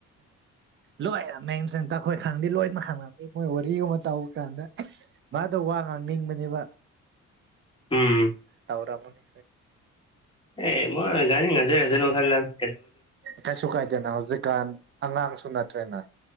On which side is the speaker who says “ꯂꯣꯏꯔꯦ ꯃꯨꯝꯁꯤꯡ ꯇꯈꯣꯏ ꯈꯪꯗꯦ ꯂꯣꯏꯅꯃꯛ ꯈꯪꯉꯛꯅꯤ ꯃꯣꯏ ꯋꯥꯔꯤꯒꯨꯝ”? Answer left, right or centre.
Right